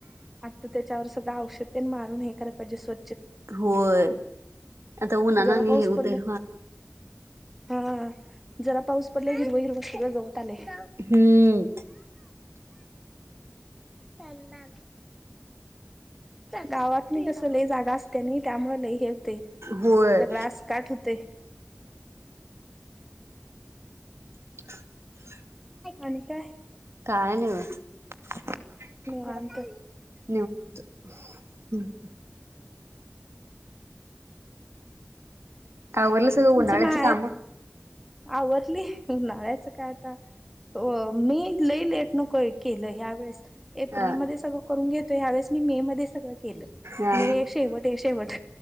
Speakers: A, in the centre; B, on the right (about 75°).
A: आता त्याच्यावर सगळं औषधं मारून हे कराय पाहिजे स्व
B: होय. आता उनान
A: जरा
B: आणि
A: पाऊस
B: हे उतय
A: पडला हा. जरा पाऊस पडलयं हिरव, हिरवं होय. गवत आलय. <inaudible>
B: हम्म
A: मी कलणार. गावात नी कस लय जागा असत्या नै त्यामुळे लय हे ते
B: होय
A: सगळं आसकाठ होतय.
B: <unintelligible>
A: आणि काय?
B: काय नै बघा
A: निवांत
B: हम्म हूं. काय आवरलं सगळं
A: तुमचं
B: उन्हाळ्याची
A: माहेर
B: कामं?
A: आवरली उनळा्याचं काय आता मी लई लेट न केलं ह्यावेेळेस एप्रिलमध्ये
B: हा
A: सगळं करून घेतो यावेेळेस मी मे मध्ये सगळं केलं,
B: हा
A: मे शेवट शेवट.